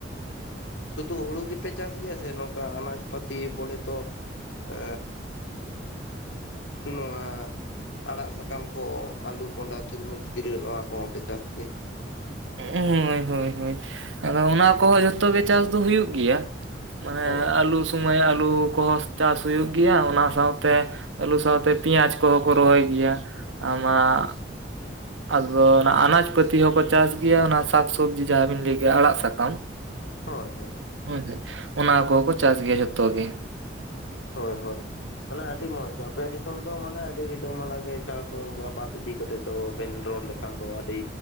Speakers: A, on the left (about 75°); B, on the right (about 85°).
A: ᱥᱩᱫᱩ ᱦᱩᱲᱩ ᱜᱮᱯᱮ ᱪᱟᱥ ᱜᱮᱭᱟ ᱥᱮ ᱱᱚᱝᱠᱟ ᱟᱱᱟᱡᱽ ᱯᱟᱹᱛᱤ ᱵᱚᱞᱮ ᱛᱚ <inaudible> ᱮᱻ ᱱᱚᱸᱣᱟ ᱟᱲᱟᱜ ᱥᱟᱠᱟᱢ ᱠᱚ ᱟᱞᱩ ᱠᱚᱸᱰᱟ ᱛᱩᱨᱢᱩᱡᱽ ᱠᱤᱨᱟᱹ ᱱᱚᱣᱟ ᱠᱚᱦᱚᱸ ᱯᱮ ᱪᱟᱥ ᱜᱮᱭᱟ ᱾
B: ᱩᱸ ᱦᱳᱭ ᱦᱳᱭ ᱟᱫᱚ ᱚᱱᱟ ᱠᱚᱦᱚᱸ ᱡᱷᱚᱛᱚ ᱜᱮ ᱪᱟᱥ ᱫᱚ ᱦᱩᱭᱩᱜ ᱜᱮᱭᱟ ᱾ ᱢᱟᱱᱮ
A: ᱦᱳᱭ
B: ᱟᱹᱞᱩ ᱥᱩᱢᱚᱭ ᱟᱹᱞᱩ ᱠᱚᱦᱚ ᱪᱟᱥ ᱦᱩᱭᱩᱜ ᱜᱮᱭᱟ ᱚᱱᱟ ᱥᱟᱶᱛᱮ ᱟᱹᱞᱩ ᱥᱟᱶᱛᱮ ᱯᱮᱸᱭᱟᱡᱽ ᱠᱚᱦᱚᱸ ᱠᱚ ᱨᱚᱦᱚᱭ ᱜᱮᱭᱟ ᱟᱢᱟᱜ ᱟᱫᱚ ᱚᱱᱟ ᱟᱱᱟᱡᱽ ᱯᱟᱹᱛᱤ ᱦᱚᱸᱠᱚ ᱪᱟᱥ ᱜᱮᱭᱟ ᱚᱱᱟ ᱥᱟᱠᱥᱚᱵᱽᱡᱤ ᱡᱟᱦᱟᱸ ᱵᱤᱱ ᱞᱟᱹᱭ ᱠᱮᱜ-ᱟ ᱟᱲᱟᱜ ᱥᱟᱠᱟᱢ ᱾
A: ᱦᱳᱭ ᱦᱳᱭ ᱾
B: ᱦᱮᱸᱥᱮ ᱚᱱᱟ ᱠᱚᱦᱚᱸ ᱠᱚ ᱪᱟᱥ ᱜᱮᱭᱟ ᱡᱷᱚᱛᱚ ᱜᱮ ᱾
A: ᱦᱳᱭ ᱦᱳᱭ, ᱢᱟᱱᱮ ᱟᱹᱰᱤ ᱢᱚᱸᱡᱽ ᱟᱯᱮ ᱫᱤᱥᱚᱢ ᱫᱚ ᱢᱟᱱᱮ ᱟᱹᱰᱤ ᱨᱤᱞᱟᱹ ᱢᱟᱞᱟ ᱜᱮᱭᱟ ᱪᱟᱥ ᱚ ᱟᱵᱟᱫᱽ ᱤᱫᱤ ᱠᱟᱛᱮ ᱫᱚ ᱵᱤᱱ ᱨᱚᱲ ᱞᱮᱠᱷᱟᱱ ᱫᱚ ᱟᱹᱰᱤ